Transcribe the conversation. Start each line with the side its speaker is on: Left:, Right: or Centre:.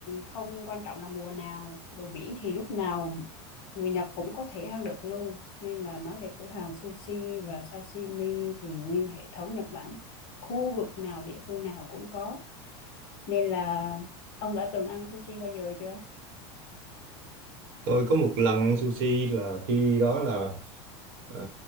Left: không quan trọng là mùa nào, đồ biển thì lúc nào người Nhật cũng có thể ăn được luôn. Nên là nói về cửa hàng sushi và sashimi thì nguyên hệ thống Nhật Bản, khu vực nào, địa phương nào cũng có. Nên là ông đã từng ăn sushi bao giờ chưa?
Right: tôi có một lần ăn sushi là khi đó là à,